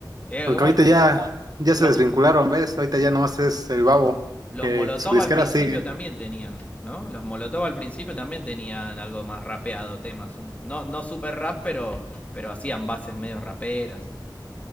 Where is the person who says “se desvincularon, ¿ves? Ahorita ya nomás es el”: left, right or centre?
Right